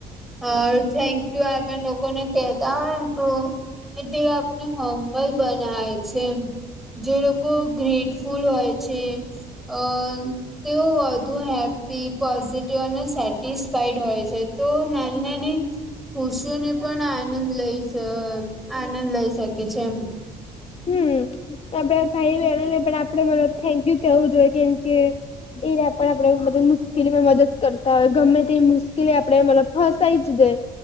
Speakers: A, in the centre; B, on the left.
A: અ થેન્ક યુ આપે લોકોને કેતા હોય ને તો તે આપણને હંમલ બનાવે છે એમ. જે લોકો ગ્રેટફુલ હોય છે અ તેઓ વધુ હેપ્પી પોઝિટિવ અને સેટિસફાઈડ હોય છે તો નાની નાની ખુશીઓને પણ આનંદ લઈ આનંદ લઈ શકે છે એમ.
B: હમ આપડે ભાઈ બહેનોને પણ આપડે મતલબ થેન્ક યુ કેવું જોઈએ કેમ કે એ પણ આપડે બધે મુશ્કેલીમાં મદદ કરતા હોય ગમે તે મુશ્કેલી આપડે મતલબ ફસાઈ જ દે.